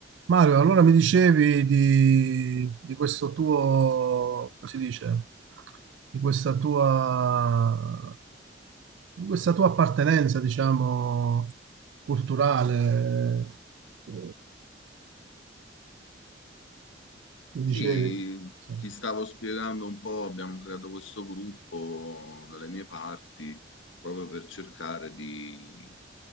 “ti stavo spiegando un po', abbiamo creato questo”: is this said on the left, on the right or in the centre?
Left